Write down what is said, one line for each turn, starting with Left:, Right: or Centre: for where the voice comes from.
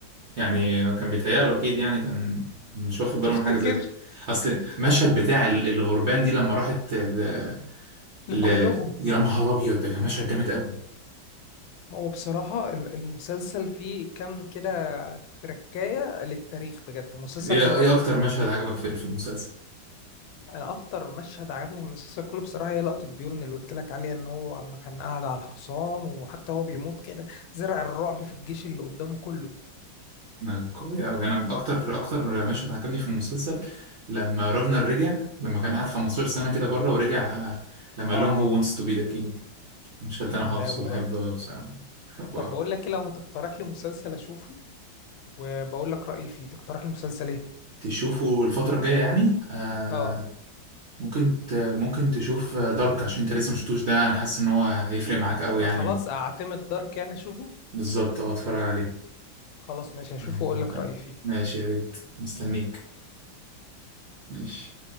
Right: يعني كان بيتهيأ له اكيد يعني كان مش واخد باله
Left: تفتكر
Right: من حاجة زي كده. اصل مشهد بتاع ال- الغربان دي لما راحت ل...
Left: لكلهم
Right: ل... يا نهار ابيض ده كان مشهد جامد قوي
Left: هو بصراحة الم- المسلسل فيه كام كده تركاية للتاريخ بجد مسلسل
Right: ايه
Left: حلو
Right: ايه
Left: قوي
Right: اكتر مشهد عجبك في في المسلسل
Left: انا اكتر مشهد عجبني من المسلسل كله بصراحه هي لقطه بيورن اللي قلت لك عليها ان هو اما كان قاعد على الحصان وحتى هو بيموت كده زرع الرعب في الجيش اللي قدامه كله
Right: ما قوي قوي انا اكتر اكتر مشهد عجبني في المسلسل لما راجنر رجع لما كان قاعد 15 سنة كده بره ورجع لما
Left: اه
Right: قال لهم هو wants to be the king المشهد
Left: دي
Right: ده انا
Left: جامده
Right: حافظه
Left: قوي
Right: واحبه
Left: برضه
Right: أوي بصراحة بحبه
Left: طب
Right: أوي.
Left: بقول لك إيه، لو هتقترح لي مسلسل اشوفه وبقول لك رايي فيه تقترح لي مسلسل ايه
Right: تشوفه الفترة الجاية يعني آه
Left: اه
Right: ممكن ت... ممكن تشوف دارك عشان انت لسه مشفتوش ده انا حاسس ان هو هيفرق معاك قوي
Left: يبقى
Right: يعني
Left: خلاص اعتمد دارك يعني اشوفه
Right: بالظبط اه اتفرج عليه
Left: خلاص ماشي هشوفه
Right: هيعجبك
Left: واقول لك
Right: أوي.
Left: رايي فيه
Right: ماشي يا ريت مستنيك ماشي